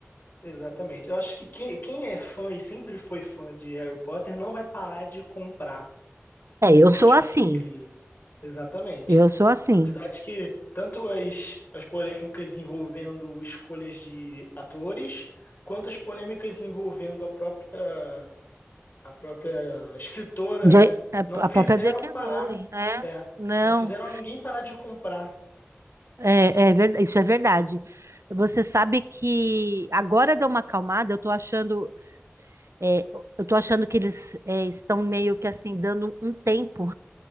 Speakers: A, on the left (about 45°); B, on the right (about 80°).
A: Exatamente. Eu acho que quem, quem é fã e sempre foi fã de Harry Potter não vai parar de comprar.
B: É, eu
A: Eu
B: sou
A: acho
B: assim.
A: que. Exatamente.
B: Eu sou assim.
A: Apesar de que tanto as, as polêmicas envolvendo escolhas de atores, quanto as polêmicas envolvendo a própria, a própria escritora,
B: J-
A: né?
B: a
A: Não
B: a
A: fizeram
B: própria J.K.
A: parar.
B: Rowling, é.
A: É,
B: Não,
A: não fizeram ninguém parar de comprar.
B: é, é ver- isso é verdade. Você sabe que agora deu uma acalmada, eu tô achando, é, eu tô achando que eles é, estão meio que assim, dando um tempo